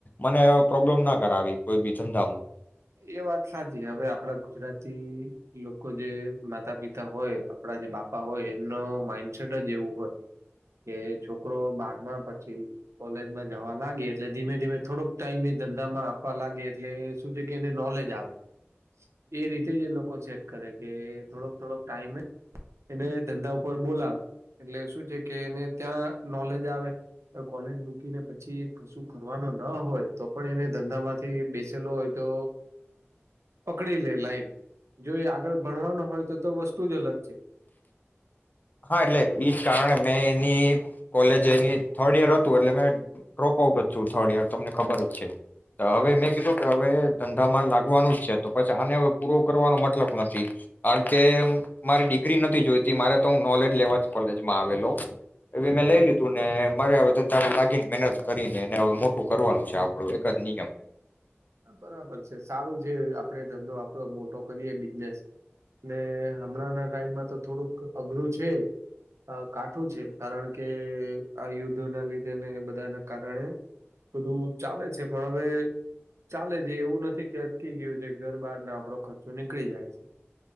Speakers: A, on the left; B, on the right.
A: મને પ્રોબ્લેમ ના કરાવી કોઈ બીજુ ધામ
B: એ વાત સાચી. હવે આપડા ગુજરાતી લોકો જે માતા પિતા હોય આપડા જે બાપા હોય એમનો માઈન્ડસેટ જ એવું હોય, કે છોકરો બારમાં પછી કોલેજમાં જવા લાગે એટલે ધીમે ધીમે થોડક ટાઈમ એ ધંધામાં આપવા લાગે. એટલે શું છે કે એને નોલેજ આવે. એ રીતે જ એ લોકો સેટ કરે કે થોડોક-થોડોક ટાઈમે એને ધંધા ઉપર બોલાવે એટલે શું છે કે, એને ત્યાં નોલેજ આવે એ કોલેજ મૂકીને પછી કશું કરવાનું ન હોય તો પણ એને ધંધામાંથી બેસેલો તો પકડી લે લાઈન જો એ આગળ ભણવાનો હોય તો તો વસ્તુ જ અલગ છે.
A: હ, એટલે એજ કારણે મેં એની કોલેજ એની થર્ડ ઈયર હતું, એટલે મેં ડ્રોપ આઉટ જ છું થર્ડ યર તમને ખબર જ છે. ત
B: હા
A: હવેમેં કીધું કે હવે. ધંધામાં લાગવાનું જ છે, તો પછી આને હવે પૂરો કરવાનો મતલબ નથી. અણ કેમ મારી ડિગ્રી નથી જોઈતી મારે એનો નોલેજ લેવા જ કોલેજમાં આવેલો. એવી મેં લઈ લીધું ને મારે હવે ધધામાં લાગીને મહેનત કરીને હ મોટું કરવાનું છે આપણું એક જ નિયમ.
B: બરાબર છે સારું છે. આપડે ધંધો આપડો મોટો કરીએ બિઝનેસ ને હમણાં ના ટાઈમમાં તો થોડુંક અઘરું છે કાઠું છે. કારણ કે આ યુદ્ધ ના લીધેને બધાના કારણે બધું ચાલે છે, પણ હવે ચાલે છે. એવું નથી કે અટકી ગયું છે ઘર બહારનો આપડો ખર્ચો નીકળી જાય છે.